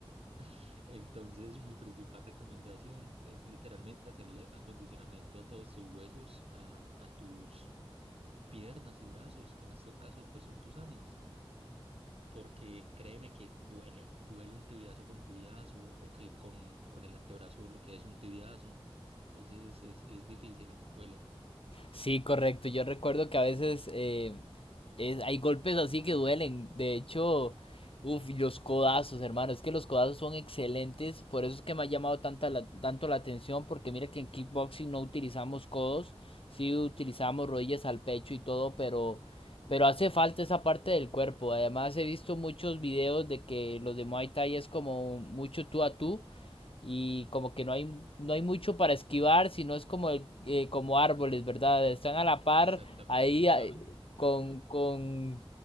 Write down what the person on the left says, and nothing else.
Sí, correcto. Yo recuerdo que a veces eh, es- hay golpes así que duelen. De hecho, uff, los codazos, hermano. Es que los codazos son excelentes. Por eso es que me ha llamado tanta la- tanto la atención. Porque mira que en kickboxing no utilizamos codos. Sí utilizamos rodillas al pecho y todo. Pero, pero hace falta esa parte del cuerpo. Además, he visto muchos videos de que los de Muay Thai es como mucho tú a tú y como que no hay no hay mucho para esquivar, sino es como el- eh, como árboles, ¿verdad? Están a la
par ahí ah,
con con